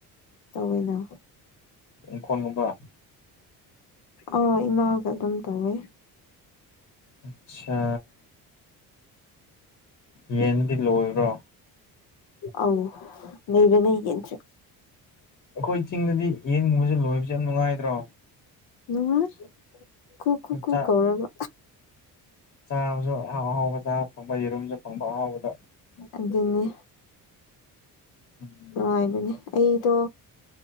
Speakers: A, on the left; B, on the left.
A: ꯇꯧꯋꯅ
B: ꯏꯪꯈꯣꯜꯒꯨꯝꯕ
A: ꯑ ꯏꯃꯥꯒ ꯑꯗꯨꯝ ꯇꯧꯋꯦ
B: ꯑꯆꯥ ꯌꯦꯟꯗꯤ ꯂꯣꯏꯕ꯭ꯔꯣ
A: ꯑꯧ ꯂꯩꯕꯅꯦ ꯌꯦꯡꯁꯤ
B: ꯑꯩꯈꯣꯏ ꯆꯤꯡꯗꯗꯤ ꯌꯦꯟꯒꯨꯝꯕꯁꯦ ꯂꯣꯏꯕꯁꯦ ꯌꯥꯝ ꯅꯨꯡꯉꯥꯏꯗ꯭ꯔꯣ
A: ꯅꯨꯡꯉꯥꯏ ꯈꯨꯨ ꯈꯨꯨ ꯈꯨꯨ
B: ꯆꯥꯛ
A: ꯀꯧꯔꯒ
B: ꯆꯥꯕꯁꯨ ꯑꯍꯥꯎ ꯑꯍꯥꯎꯕ ꯆꯥꯕ ꯐꯪꯕ ꯌꯦꯔꯨꯝꯁꯨ ꯐꯪꯕ ꯑꯍꯥꯎꯕꯗ
A: ꯑꯗꯨꯅꯦ
B: ꯎꯝ
A: ꯅꯨꯡꯉꯥꯏꯕꯅꯦ ꯑꯩꯗꯣ